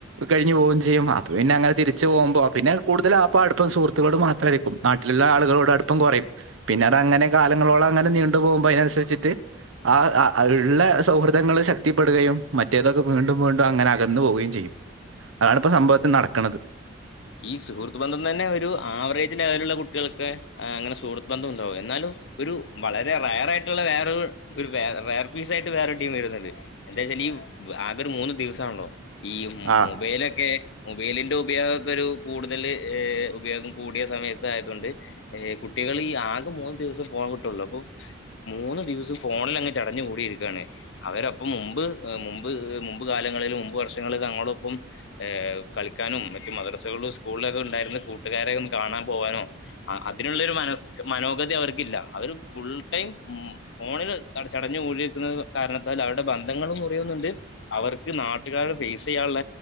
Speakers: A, on the right; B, on the left.
A: കഴിഞ്ഞു പോകും ചെയ്യും അപ്പ പിന്നെ അങ്ങനെ തിരിച്ചു പോകുമ്പോ പിന്നെ കൂടുതൽ ആപ്പാടും ഇപ്പം സുഹൃത്തുളോട് മാത്രയിരിക്കും നാട്ടിലുള്ള ആളുകളോടടുപ്പം കുറയും പിന്നെ അത് അങ്ങനെ കാലങ്ങളോളം അങ്ങനെ നീണ്ട് പോകുമ്പോൾ അതിനനുസരിച്ചിട്ട് ആ ഇള്ള സൗഹൃദങ്ങൾ ശക്തിപ്പെടുകയും മറ്റേതൊക്കെ വീണ്ടും വീണ്ടും അങ്ങനെ അകന്നു പോവുകയും ചെയ്യും അതണിപ്പോ സംഭവത്തിൽ നടക്കണുന്നത്
B: ഈ സുഹൃത്ത് ബന്ധം തന്നെ ഒരു ആവറേജ് ലെവലുള്ള കുട്ടികൾക്ക് അങ്ങനെ സുഹൃത്ത് ബന്ധം ഉണ്ടാവും എന്നാലും ഒരു വളരെ റയർ ആയിട്ടുള്ള വേറൊ ഒരു വ റയർ പീസ് ആയിട്ട് വേറൊരു ടീം വരുന്നുണ്ട് എന്താ വച്ചാൽ ഈ ആകെ ഒരു മൂന്ന് ദിവസാണല്ലോ ഈ
A: ആ
B: മൊബൈലൊക്കെ മൊബൈലിന്റെ ഉപയോഗ ഒരു കൂടുതൽ ഉപയോഗം കൂടിയ സമയത്ത് ആയതൊണ്ട് ഏ കുട്ടികൾ ആകെ മൂന്ന് ദിവസം പോവാൻ കിട്ടുള്ളൂ അപ്പൊ മൂന്ന് ദിവസം ഫോണിൽ അങ്ങ് ചടഞ്ഞ് കൂടിയിരിക്കണ് അവരപ്പം മുമ്പ് മുമ്പ് മുമ്പ് കാലങ്ങളിൽ മുമ്പ് വർഷങ്ങളിൽ നങ്ങളോടൊപ്പം കളിക്കാനും മറ്റു മദ്രസകളും സ്കൂളിലൊക്കെ ഉണ്ടായിരുന്ന കൂട്ടുകാരെയും കാണാൻ പോകാനോ അതിനുള്ളോരു മനസ് മനോഗതി അവർക്കില്ല അവര് ഫുൾടൈം മ് ഫോണിൽ ചടഞ്ഞ് കൂടി ഇരിക്കുന്ന കാരണത്താൽ അവരുടെ ബന്ധങ്ങളും കുറയുന്നുണ്ട് അവർക്ക് നാട്ടി ട്ടുകാരെ ഫേസ് ചെയ്യനുള്ള